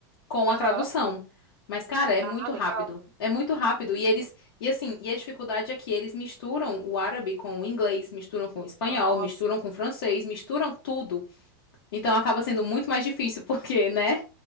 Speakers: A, on the left (about 80°); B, on the right (about 60°).
A: com
B: aham.
A: a tradução. Mas, cara, é
B: Ah,
A: muito rápido.
B: legal.
A: É muito rápido. E eles. E assim, e a dificuldade é que eles misturam o árabe com o inglês, misturam com o espanhol,
B: Nossa,
A: misturam com o francês, misturam tudo. Então acaba sendo muito mais difícil, <laughs> porque, né?